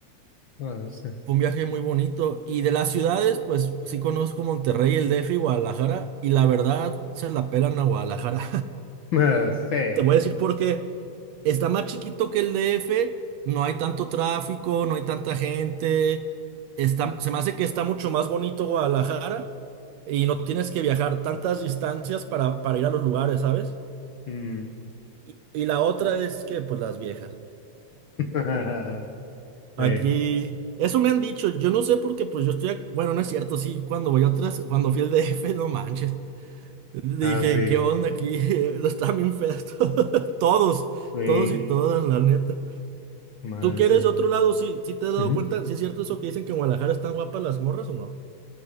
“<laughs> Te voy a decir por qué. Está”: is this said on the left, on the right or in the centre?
Right